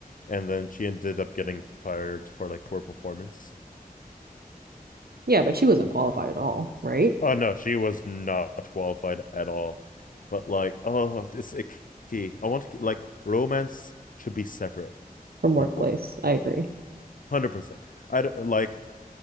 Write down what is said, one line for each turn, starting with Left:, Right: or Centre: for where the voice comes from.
Left: And then she ended up getting fired for like poor performance.
Right: Yeah, but she wasn't qualified at all, right?
Left: Oh no, she was not qualified at all. But like, oh, it's icky. I want to ke- like romance should be separate
Right: From workplace.
Left: from work,
Right: I agree.
Left: hundred percent. I don't like.